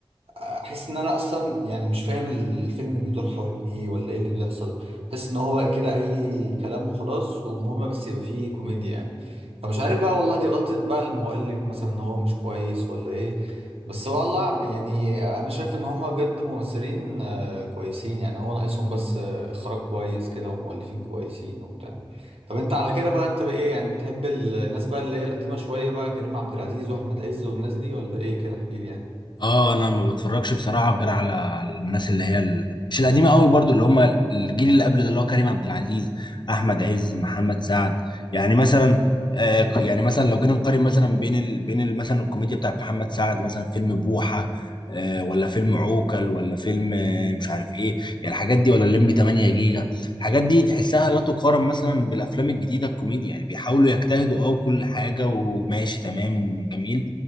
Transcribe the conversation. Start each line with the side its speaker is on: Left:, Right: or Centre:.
Right: احس ان انا اصلا يعني مش فاهم الفيلم بيدور حوالين ايه ولا ايه اللي بيحصل احس ان هو كده اي كلام وخلاص ومهم بس يبقى فيه كوميديا يعني فمش عارف بقى والله دي غلطة بقى المؤلف مثلا ان هو مش كويس ولا ايه بس والله عن- يعني انا شايف ان هما بجد ممثلين آه، كويسين يعني هو ناقصهم بس آه، اخراج كويس كده ومؤلفين كويسين وبتاع طب انت على كده بقى انت بايه يعني بتحب الناس بقى اللي هي القديمة شوية بقى كريم عبد العزيز واحمد عز والناس دي ولا ايه كده احكيلي يعني
Left: اه انا ما بتفرجش بصراحه غير على الناس اللي هي ال... مش القديمه قوي برضو اللي هم الجيل اللي قبل ده اللي هو كريم عبد العزيز احمد عز محمد سعد يعني مثلا آه ك- يعني مثلا لو جينا نقارن مثلا بين ال... بين ال... مثلا الكوميديا بتاعت محمد سعد مثلا فيلم بوحه آه ولا فيلم عوكل ولا فيلم آه مش عارف ايه يعني الحاجات دي ولا الليمبي 8 جيجا الحاجات دي تحسها لا تقارن مثلا بالافلام الجديده الكوميديا يعني بيحاولوا يجتهدوا اه وكل حاجه وماشي تمام وجميل